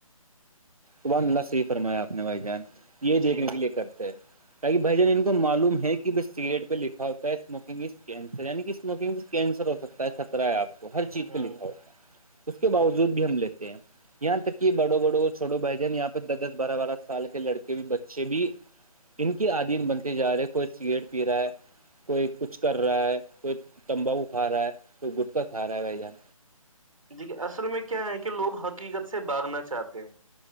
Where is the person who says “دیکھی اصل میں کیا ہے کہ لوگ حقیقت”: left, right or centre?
Right